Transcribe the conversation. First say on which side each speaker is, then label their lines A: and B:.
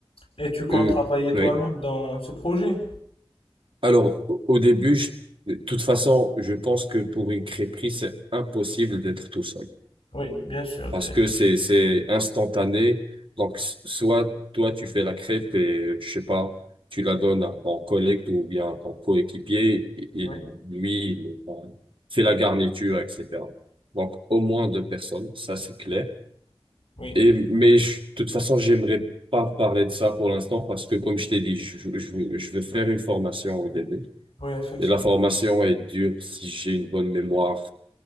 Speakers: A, on the left; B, on the right.
A: Et tu comptes
B: Euh,
A: travailler toi-même
B: oui.
A: dans ce projet?
B: Alors, au au début, je- de toute façon, je pense que pour une crêperie, c'est impossible d'être tout seul.
A: Oui, bien sûr.
B: parce
A: c'est-
B: que c'est c'est instantané. Donc s- soit toi tu fais la crêpe et je sais pas, tu la donnes à ton collègue ou bien à ton coéquipier, et-
A: Oui,
B: et lui il enfin, fait la garniture, etc. Donc au moins deux personnes, ça c'est clair.
A: oui,
B: Et mais je- de toute façon j'aimerais pas parler de ça pour l'instant parce que comme je t'ai dit, je, je, je veux je veux faire une formation au début.
A: oui, effectivement.
B: Et la formation est dure, si j'ai une bonne mémoire,